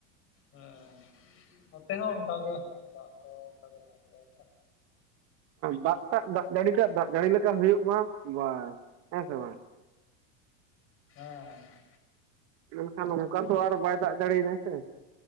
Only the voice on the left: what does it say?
ᱦᱮᱸᱻ, ᱱᱚᱛᱮ ᱦᱚᱸ ᱚᱱᱠᱟ ᱜᱮ, ᱫᱟᱜ ᱮᱫᱟᱭ, ᱚᱱᱠᱟ ᱜᱮ ᱫᱟᱜ ᱮᱫᱟᱭ ᱾
ᱦᱮᱸᱻ ᱾